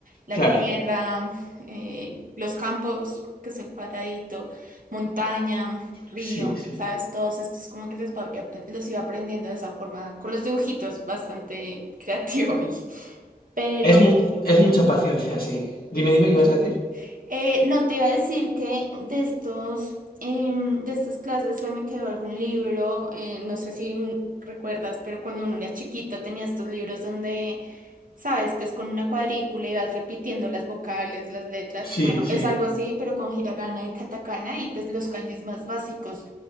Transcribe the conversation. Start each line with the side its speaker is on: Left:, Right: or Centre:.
Right: la
Left: Claro,
Right: tierra, eh, los campos, que es el cuadradito, montaña, río,
Left: sí, sí.
Right: sabes, todos estos como que les va- los iba aprendiendo de esa forma, con los dibujitos, bastante <laughs> creativo ahí. Pero...
Left: Es mu- es mucha paciencia, sí. Dime, dime, ¿qué
Right: sí,
Left: ibas a decir?
Right: Eh, no te iba a decir que de estos, em, de estas clases se me quedó algún libro, eh, no sé si un- recuerdas, pero cuando uno era chiquito tenía estos libros donde sabes que es con una cuadrícula y vas repitiendo las vocales, las letras.
Left: Sí,
Right: Bueno,
Left: sí.
Right: es algo así, pero con hiragana y katakana y pues los kanjis más básicos.